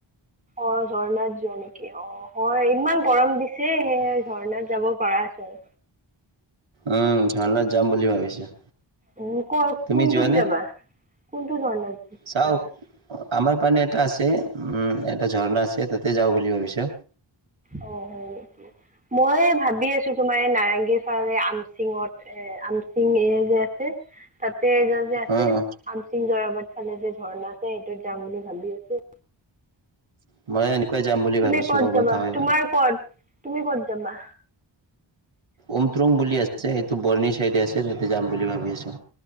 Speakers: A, on the right; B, on the right.
A: অ ঝৰ্ণাত যোৱা নেকি অ, হয় ইমান গৰম দিছে সেই ঝৰ্ণাত যাব পাৰা। হয়।
B: উম, ঝৰ্ণাত যাম বুলি ভাবিছো।
A: উম, ক
B: তুমি
A: কোনটোত
B: যোৱানে?
A: যাবা? কোনটো ঝৰ্ণাত
B: চাওক
A: যাবা?
B: আমাৰ মানে এটা আছে, উম এটা ঝৰ্ণা আছে তাতে যাওঁ বুলি ভাবিছো।
A: অ হয় নেকি মই ভাবি আছো তোমাৰ এই নাৰেংগীৰ ফাৰে আমচিঙত এ আমচিং যে আছে তাত তে যে আছে
B: উম
A: আমচিং জুৰাবাট ফালে যে ঝৰ্ণা আছে, সেইটোত যাম বুলি ভাবি আছো।
B: মই এনেকুৱাই যাম বুলি
A: তুমি
B: ভাবিছো
A: ক'ত
B: ক'বাত
A: যাবা,
B: হয়
A: তোমাৰ
B: আৰু।
A: ক'ত তুমি ক'ত যাবা?
B: উমট্ৰং বুলি আছে এইটো বৰ্ণি চাইডে আছে তাতে যাম বুলি ভাবি আছো।